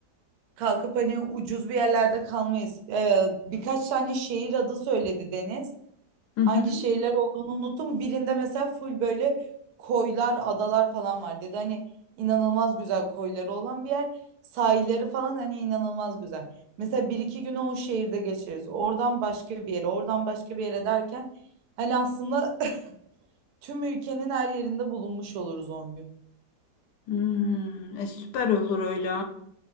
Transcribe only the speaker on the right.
Kalkıp hani ucuz bir yerlerde kalmayız. Ee, birkaç tane şehir adı söyledi Deniz.
Hangi
şehirler olduğunu unuttum. Birinde mesela full böyle koylar, adalar falan var dedi. Hani inanılmaz güzel koyları olan bir yer. Sahilleri falan hani inanılmaz güzel. Mesela bir iki günü o şehirde geçiririz. Oradan başka bir yere, oradan başka bir yere derken hani aslında <laughs> <clears throat> tüm ülkenin her yerinde bulunmuş oluruz 10 gün.